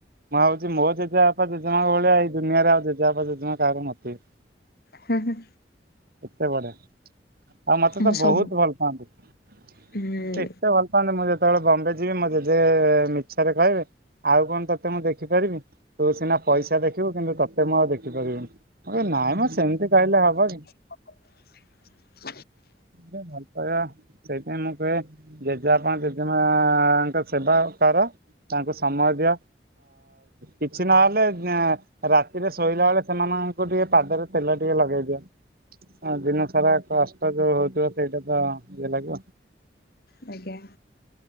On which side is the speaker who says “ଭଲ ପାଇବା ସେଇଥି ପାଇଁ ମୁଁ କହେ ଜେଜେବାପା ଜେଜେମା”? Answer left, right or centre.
Right